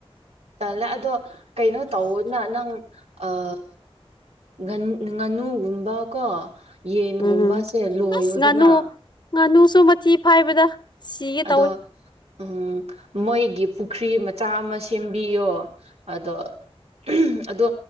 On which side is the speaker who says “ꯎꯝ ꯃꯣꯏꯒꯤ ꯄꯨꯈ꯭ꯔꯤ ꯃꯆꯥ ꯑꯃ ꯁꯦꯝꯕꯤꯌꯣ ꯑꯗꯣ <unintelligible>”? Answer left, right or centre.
Right